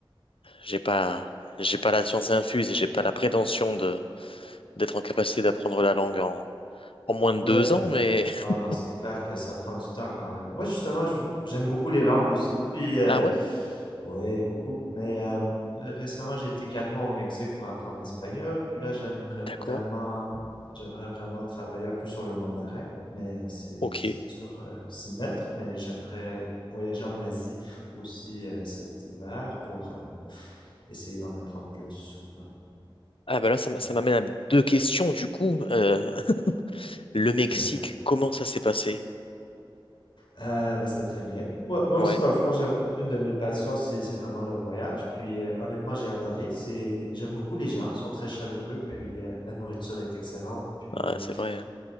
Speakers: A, on the left (about 80°); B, on the left (about 65°).
A: j'ai pas j'ai pas la science infuse et j'ai pas la prétention d'être en capacité d'apprendre la langue en, en moins
B: Ouais.
A: de deux
B: euh,
A: ans, mais... <laughs>
B: Non, non, c'est clair que ça prend du temps quand même. Moi, justement, je- j'aime beaucoup les langues aussi, puis... euh,
A: Ah ouais?
B: Ouais, beaucoup. Mais euh, récemment, j'ai été quatre mois au Mexique pour apprendre l'espagnol. Puis là, j'aimerais
A: D'accord.
B: vraiment, j'aimerais vraiment travailler un peu sur le mandarin. Mais c'est
A: Ok.
B: c'est dur euh, s'y mettre. Mais j'aimerais voyager en Asie aussi euh, cet hiver pour euh, essayer d'en apprendre plus. Ouais.
A: Ah bah là, ça, m-
B: Mm.
A: ça m'amène à deux questions du coup. Euh, <laughs> le Mexique,
B: Ouais.
A: comment ça s'est passé?
B: Euh, ben, c'était très bien. Moi, moi aussi,
A: Ouais,
B: dans le fond, j'aime une de mes passions, c'est c'est vraiment le voyage. Puis euh, honnêtement, j'ai adoré. C'est j'aime beaucoup les gens, ils sont très chaleureux. Puis euh, la nourriture est excellente. Puis
A: Ah, c'est vrai. hein.